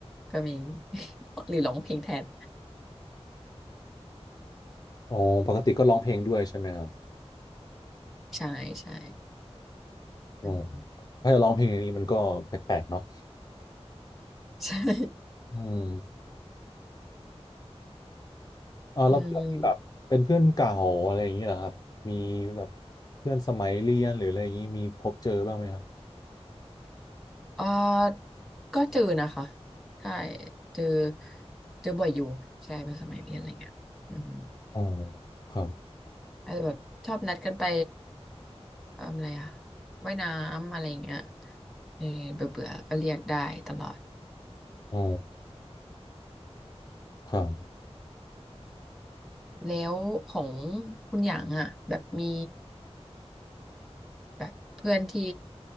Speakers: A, in the centre; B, on the left (about 35°).
A: ก็มี <laughs> หรือร้องเพลงแทน
B: อ๋อปกติก็ร้องเพลงด้วยใช่ไหมครับ
A: ใช่ใช่
B: อ๋อ
A: อืม
B: ถ้าจะร้องเพลงอย่างนี้มันก็แปลกๆเนาะ
A: ใช่
B: อืม
A: <laughs>
B: อ่าแล้วเพื่อนที่แบบเป็นเพื่อนเก่าอะไรอย่างนี้เหรอครับมีแบบ
A: อืม
B: เพื่อนสมัยเรียนหรืออะไรอย่างนี้มีพบเจอบ้างไหมครับ
A: เอ่อก็เจอนะคะใช่เจอเจอบ่อยอยู่ใช่เป็นสมัยเรียนอะไรเงี้ยอืม
B: อ๋อครับ
A: อาจจะแบบชอบนัดกันไปเอิ่มอะไรอะว่ายน้ำอะไรเงี้ยเออเบื่อเบื่อก็เรียกได้ตลอด
B: อ๋อครับ
A: แล้วของคุณหยางอ่ะแบบมีแบบเพื่อนที่